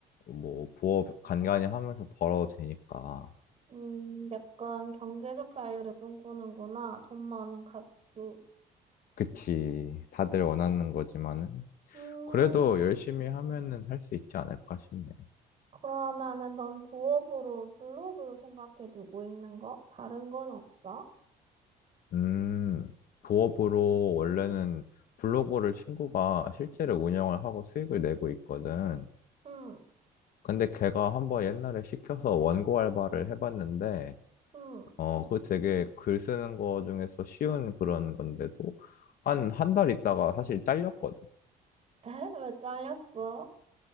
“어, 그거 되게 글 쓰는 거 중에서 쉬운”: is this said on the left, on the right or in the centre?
Left